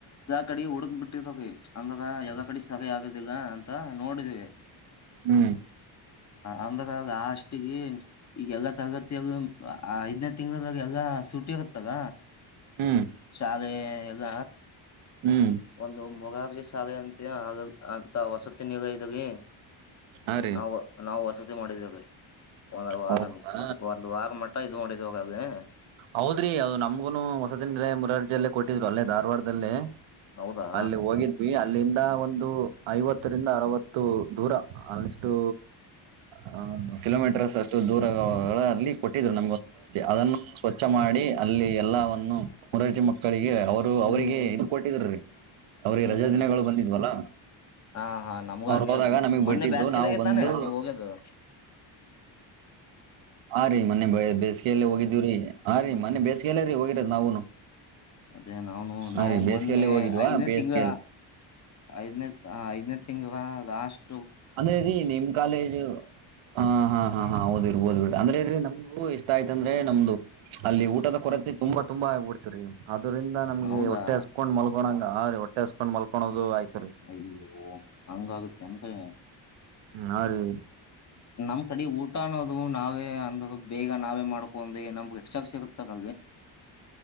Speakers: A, on the left; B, on the right.
A: ಕಡೆ ಹುಡುಕ್ ಬಿಟ್ಟಿದೋಗಿ ಅಂದಾರ ಯಲ್ಲ ಕಡಿ ಸಭೆ ಆಗದೀಲ್ಲ ಅಂತ ನೋಡಿದಿವಿ.
B: ಹ್ಮ್
A: ಅಂದಾಗ ಅಷ್ಟಿಗೆ ಈಗ ಎಲ್ಲ ತರಗತಿಯಲ್ಲು ಐದನೇ ತಿಂಗಳದಾಗ ಎಲ್ಲ ಸೂಟಿ <unintelligible> ಗತ್ತದ
B: ಹ್ಮ್
A: ಶಾಲೆ ಎಲ್ಲ.
B: ಹ್ಮ್
A: ಒಂದು ಮುರಾರ್ಜಿ ಶಾಲೆ ಅಂತ್ಯ ಅಂತ ವಸತಿ ನಿಲಯದಲ್ಲಿ.
B: ಹಾ ರೀ
A: ನಾವು ನಾವು ವಸತಿ ಮಾಡಿದ್ದೇವೆ ಒಂದು ವಾರನ್
B: ಹೌದಾ
A: ಒಂದ್ ವಾರ ಮ ಇದು ಮಾಡಿದು ಅದೇ.
B: ಹೌದ್ರಿ ಅದು ನಮಗೂನು ಹೊಸದಿನಲೆ ಮುರಾರ್ಜಿಯಲ್ಲೇ ಕೊಟ್ಟಿದ್ರು ಅಲ್ಲೇ ಧಾರವಾಡದಲ್ಲೇ.
A: ಹೌದಾ
B: ಅಲ್ಲಿ ಹೋಗಿದ್ವಿ ಅಲ್ಲಿಂದ ಒಂದು ಐವತ್ತರಿಂದ ಅರವತ್ತು ದೂರ ಅಷ್ಟು. ಹ ಕಿಲೋಮೀಟರ್ ಅಷ್ಟ್ <unintelligible> ಷ್ಟು ದೂರ
A: ಹ್ಮ್
B: ಅಲ್ಲಿ ಕೊಟ್ಟಿದ್ರು ನಮಗೆ ಒಂದು ಮುರಾರ್ಜಿ ಅದನ್ನು ಸ್ವಚ್ಛ ಮಾಡಿ ಅಲ್ಲಿ ಎಲ್ಲವನ್ನು. ಮುರಾರ್ಜಿ ಮಕ್ಕಳಿಗೆ ಅವರು ಅವರಿಗೆ
A: ಹ್ಮ್
B: ಇದು ಕೊಟ್ಟಿದ್ರರಿ ಅವ್ರಿಗೆ
A: ಹ್ಮ್
B: ರಜಾ
A: ಹ್ಮ್
B: ದಿನಗಳು ಬಂದಿದ್ವಲ್ಲ.
A: ಹಾ ಹಾ ನಮ್ಗ
B: ಅವ್ರು
A: ಹಂಗೆ
B: ಹೋದಾಗ ನಮಗ್
A: ಮೊನ್ನೆ
B: ಬಿಟ್ಟಿದ್ರು
A: ಬೇಸ್ಕೇದಾಗೆ
B: ನಾವು ಬಂದು
A: ತಾನೆ ನೀವ್ ಹೋಗ್ಯದು.
B: <inaudible> ಹ ರೀ ಮೊನ್ನೆ ಬೇಸಿಗೆಯಲ್ಲಿ ಹೋಗಿದ್ದೀವ್ರೀ ಆ
A: ಹ್ಮ್
B: ರೀ ಮನೆ ಬೇಸಿಗೆಯಲ್ಲ ರೀ ಹೋಗಿರೋದ್ ನಾವುನು.
A: ಅದೇ ನಾವುನು
B: ಹಾ
A: ನಾವು
B: ರೀ ಬೇಸಿಗೆಯಲ್ಲಿ
A: ಮೊನ್ನೆ
B: ಹೋಗಿದ್ವಾ
A: ಐದನೇ
B: ಬೇಸಿಗೆಯಲ್ಲಿ
A: ತಿಂಗ ಐದನೇ ಆ ಐದನೇ ತಿಂಗ್ ಲಾಷ್ಟ್
B: ಹಂಗಾಗಿ ನಿಮ್ ಕಾಲೇಜು. ಹ ಹಾ ಹಾ ಹೌದ ಇರ್ಬೋದು ಬಿಡ ಅಂದ್ರೆ ಇದ್ರೆ ನಮಗು ಇಷ್ಟ ಆಯ್ತು ಅಂದ್ರೆ ನಮ್ದು ಅಲ್ಲಿ ಊಟದ ಕೊರತೆ ತುಂಬಾ. ತುಂಬಾ ಆಗ್ ಬಿಡ್ತತಿರಿ ಅದ್ರಂದ ನಮ್ಗೆ
A: ಹೌದಾ
B: ಹೊಟ್ಟೆ ಹಸ್ಕೊಂಡ್ ಮಲ್ಕೋಂಗ ಹಾರೀ ಹೊಟ್ಟೆ ಹಸ್ಕೊಂಡು ಮಲ್ಕೋಳೋದು ಆಯ್ತು. ರೀ
A: ಅಯ್ಯೋ ಹಂಗ ಆಗುತ್ತೆನ್ರೀ.
B: ಹಾ ರೀ
A: ನಮ್ ಕಡೆ ಊಟ ಅನ್ನೋದು ನಾವೇ ಅಂದ ಬೇಗ ನಾವೇ ಮಾಡ್ಕೊಂಡೆ ನಮ್ಗೆ ಎಕ್ಸ್ಟ್ರಾ ಸಿಗತ್ತದ.
B: <inaudible>